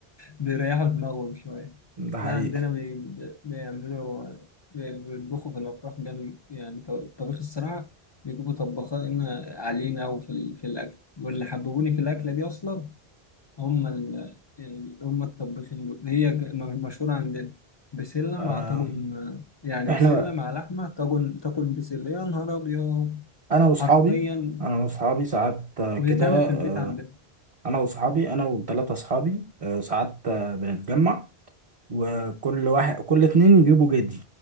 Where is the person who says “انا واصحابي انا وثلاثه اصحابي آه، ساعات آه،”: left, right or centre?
Right